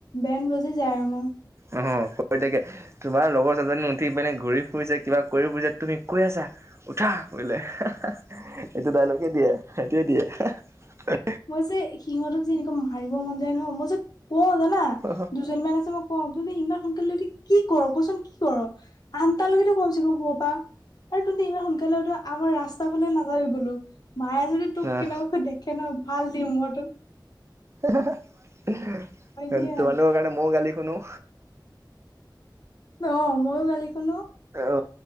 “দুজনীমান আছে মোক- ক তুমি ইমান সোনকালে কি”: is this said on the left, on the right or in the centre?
Left